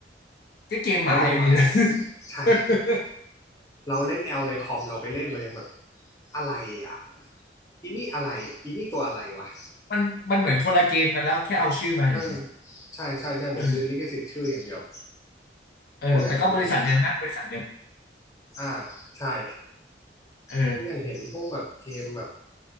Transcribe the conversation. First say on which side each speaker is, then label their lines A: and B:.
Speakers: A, on the left; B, on the left.
A: ก็เกมหมาอยู่ดีนะ
B: แ L Mobile ก็
A: <laughs>
B: ใช่เราเล่น L ในคอมเราไปเล่นเรายังแบบอะไรอ่ะอีนี่อะไรอ่ะอีนี่ตัวอะไรวะ
A: มันมันเหมือนคนละเกมกันแล้วแค่เอาชื่อมาเฉย
B: เออใช่ใช่ใช่เหมือนซื้อลิขสิทธิ์ชื่ออย่างเดียว
A: ๆเออเออแต่ก็บริษัทเดิมนะบริษัทเดิม
B: เพราะว่าอย่างผมเห็นอ่าใช่
A: เออ
B: เพราะอย่างเห็นพวกแบบเกมแบบ